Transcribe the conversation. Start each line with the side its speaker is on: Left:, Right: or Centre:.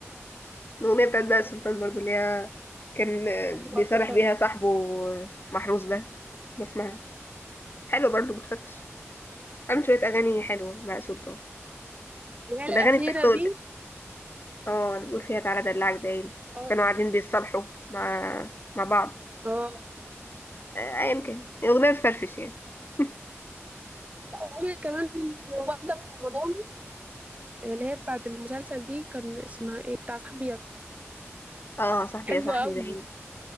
Left: الاغنيه بتاعت بهاء سلطان برضو اللي هي كان آه،
Right: برضو بقى
Left: بيصالح
Right: سلطان
Left: بيها صاحبه آه، محروس ده بسمعها حلو برضو بتفرفش عامل شوية أغاني حلوة بقى سلطان
Right: اللي هي الأخيرة
Left: والأغاني بتاعته
Right: دي
Left: ال- اه اللي بيقول فيها تعالى دلعك باين
Right: اه
Left: كانوا قاعدين بيتصالحوا مع مع بعض
Right: اه
Left: آه، أيا كان أغنية بتفرفش يعني <laughs>
Right: لا وعملت كمان واحدة في رمضان اللي هي بتاعة المسلسل دي كان اسمها ايه بتاع صاحبي
Left: اه صاحبي
Right: حلوة
Left: يا صاحبي
Right: قوي
Left: باين